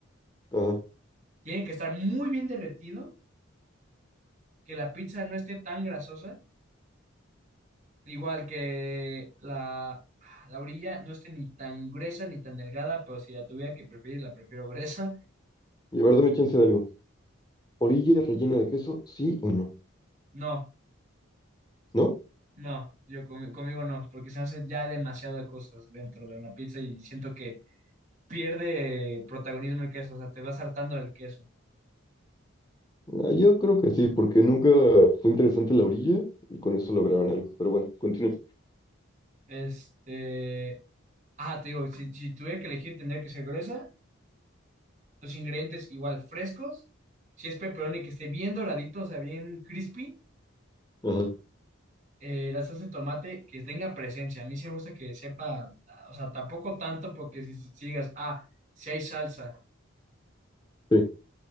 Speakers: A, on the left; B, on the right.
A: Ajá.
B: Tiene que estar muy bien derretido, que la pizza no esté tan grasosa Igual que la, ah, la orilla no esté ni tan gruesa ni tan delgada, pero si la tuviera que preferir, la prefiero <laughs> gruesa.
A: Y a ver, dame chance de algo. ¿Orilla rellena de queso? ¿Sí o no?
B: No,
A: ¿No?
B: no, yo comi- conmigo no, porque se hace ya demasiadas cosas dentro de una pizza y siento que pierde protagonismo el queso, o sea, te vas hartando del queso.
A: Ah, yo creo que sí, porque nunca fue interesante la orilla y con eso lograron algo. Pero bueno, continúe.
B: Este, ah, te digo, si, si tuviera que elegir, tendría que ser gruesa, los ingredientes igual frescos, si es pepperoni que esté bien doradito, o sea, bien crispy
A: Ajá,
B: eh, la salsa de tomate que tenga presencia. A mí sí me gusta que sepa, o sea, tampoco tanto porque si, si- si digas, ah, si hay salsa,
A: sí.